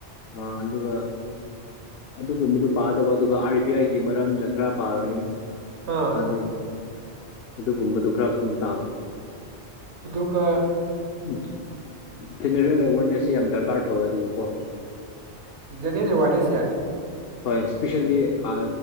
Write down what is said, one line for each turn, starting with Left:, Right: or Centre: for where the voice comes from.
Left: ꯑ ꯑꯗꯨ ꯑꯗꯨꯒꯒ ꯑꯗꯨꯒꯨꯝꯕꯗꯨ ꯄꯥꯗꯕ ꯑꯗꯨꯒ ꯑꯥꯔ ꯕꯤ ꯑꯥꯏꯒꯤ ꯃꯔꯝꯗ ꯈꯔ ꯄꯥꯒꯅꯤ
Right: ꯑꯥ
Left: ꯑꯗ ꯑꯗꯨꯒꯨꯝꯕꯗꯣ ꯈꯔ ꯈꯪ ꯇꯥꯕ
Right: ꯑꯗꯨꯒ
Left: ꯎꯝ ꯖꯦꯅꯔꯦꯜ ꯑꯦꯋꯥꯦꯔꯅꯦꯁꯁꯤꯦ ꯌꯥꯝ ꯗꯔꯀꯥꯔ ꯇꯧꯋꯦ ꯑꯗꯨꯒ ꯀꯣ
Right: ꯖꯦꯔꯤꯦꯟ ꯑꯦꯋꯥꯔꯗꯦꯁꯌꯥ
Left: ꯍꯣꯏ ꯏꯁꯄꯦꯁꯂꯤ ꯑ